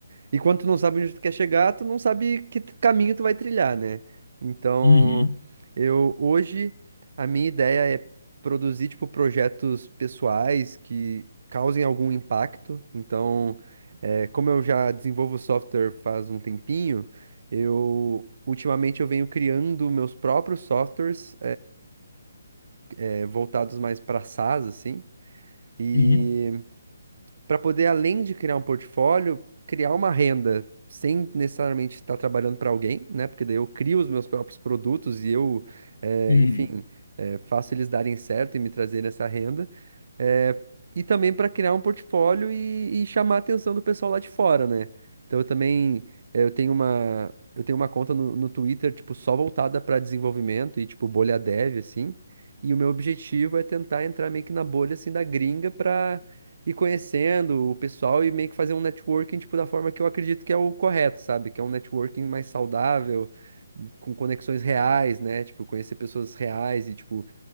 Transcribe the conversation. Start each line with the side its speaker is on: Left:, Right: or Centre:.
Right: E quando tu não sabe onde tu quer chegar, tu não sabe que t- caminho tu vai trilhar, né? Então,
Left: Uhum,
Right: eu hoje a minha ideia é produzir tipo projetos pessoais que causem algum impacto. Então, é, como eu já desenvolvo software faz um tempinho, eu ultimamente eu venho criando meus próprios softwares, é, voltados mais para SaaS assim. E
Left: uhum,
Right: para poder, além de criar um portfólio, criar uma renda sem necessariamente estar trabalhando para alguém, né? Porque daí eu crio os meus próprios produtos e eu, eh,
Left: uhum.
Right: enfim, eh, faço eles darem certo e me trazerem essa renda. É, e também para criar um portfólio e, e chamar a atenção do pessoal lá de fora, né? Então eu também eh, eu tenho uma eu tenho uma conta no, no Twitter tipo só voltada para desenvolvimento e tipo bolha dev assim. E o meu objetivo é tentar entrar meio que na bolha assim da gringa para ir conhecendo o pessoal e meio que fazer um networking tipo da forma que eu acredito que é o correto, sabe? Que é um networking mais saudável, com conexões reais, né? Tipo conhecer pessoas reais e tipo